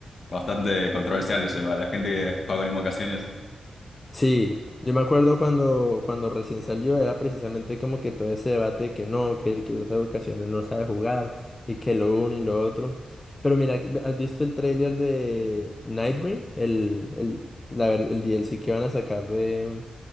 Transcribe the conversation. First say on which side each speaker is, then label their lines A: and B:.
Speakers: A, on the left; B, on the left.
A: Bastante controversial eso igual, la gente que juega con invocaciones,
B: Sí, yo me acuerdo cuando, cuando recién salió, era precisamente como que todo ese debate de que no, que el que usa ocasiones no sabe jugar y que lo uno y lo otro. Pero mira, que- ¿has visto el tráiler de Nightbring? El, el, la, ver- el DLC que van a sacar de,